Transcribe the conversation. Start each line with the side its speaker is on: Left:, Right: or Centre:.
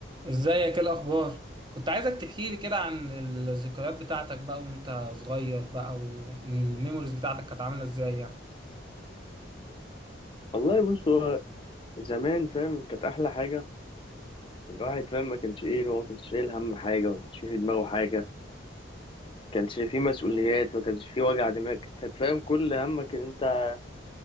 Right: ازيك ايه الاخبار كنت عايزك تحكي لي كده عن الذكريات بتاعتك بقى وانت صغير بقى والميموريز بتاعتك كانت عامله ازاي يعني
Left: والله بص هو زمان فاهم كانت احلى حاجه الواحد فاهم ما كانش ايه هو ما كانش شايل هم حاجه ما كانش في دماغه حاجه ما كانش في مسؤوليات ما كانش في وجع دماغ كانت فاهم كل همك ان انت